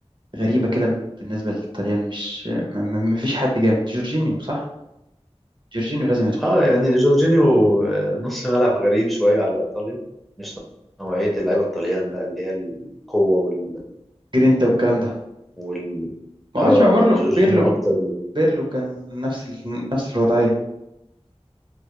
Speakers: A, on the right; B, in the centre.
A: غريبة كده بالنسبة للطليان مش ما ما- ما فيش حد جامد جورجينيو صح جورجينيو لازم يدخل
B: اه يعني جورجينيو آه، نص ملعب غريب شوية على إيطاليا مش نوعية اللعيبة الطليان بقى اللي هي القوة وال,
A: جرينتا والكلام ده
B: وال...
A: ما عملش
B: اه
A: مع بيرلو
B: يعني جورجينيو
A: بيرلو
B: أكتر
A: بيرلو كان نفس ال... نفس الوضعية